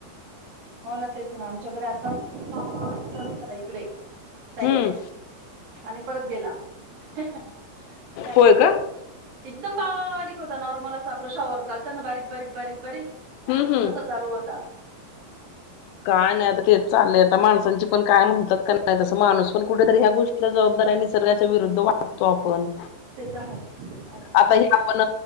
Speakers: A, on the right; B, on the left.
A: हो ना तेच ना आमच्याकडे आता चालू झाला इकडे ताई
B: हम्म
A: आणि परत गेला. काय
B: होय
A: करता
B: का?
A: एकदम बारीक होता नॉर्मल अस आपलं शॉवर चालताना बारीक बारीक बारीक बारीक
B: हम्म हम्म.
A: तसा चालू होता.
B: काय नाही आता तेच चाललंय आता माणसांची पण काय म्हणतात का नाही तस माणूस पण कुठेेतरी ह्या गोष्टीला जबाबदारी आहे. निसर्गाच्या विरुद्ध वागतो आपण
A: ते तर आहे का
B: आता हे आपण